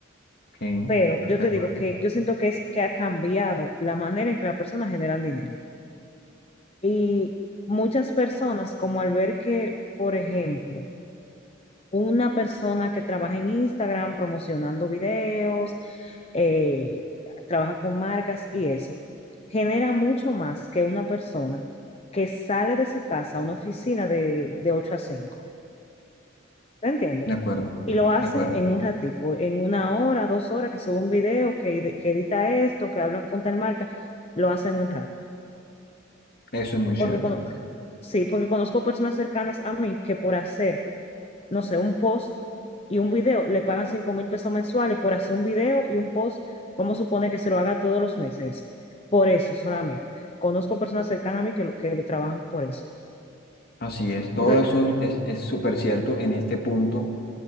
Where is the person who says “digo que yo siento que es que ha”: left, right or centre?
Left